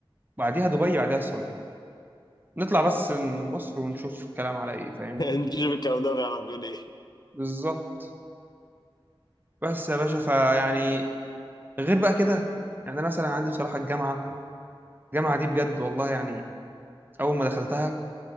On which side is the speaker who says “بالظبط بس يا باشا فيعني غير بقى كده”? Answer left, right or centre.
Right